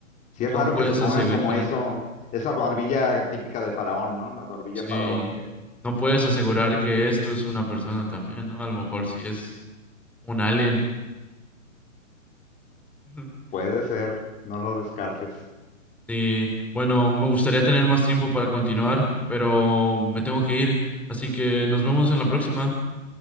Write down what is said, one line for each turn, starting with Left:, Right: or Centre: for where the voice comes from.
Left: Sí
Centre: No
Left: es raro
Centre: puedes
Left: que se pongan
Centre: asegurar,
Left: como eso, esa barbilla típica de faraón, ¿no? La barbilla
Centre: sí,
Left: faraónica.
Centre: no puedes asegurar que esto es una persona también, ¿no? A lo mejor sí es un alien. <laughs>
Left: Puede ser, no lo descartes.
Centre: Sí, bueno, me gustaría tener más tiempo para continuar, pero me tengo que ir, así que nos vemos en la próxima.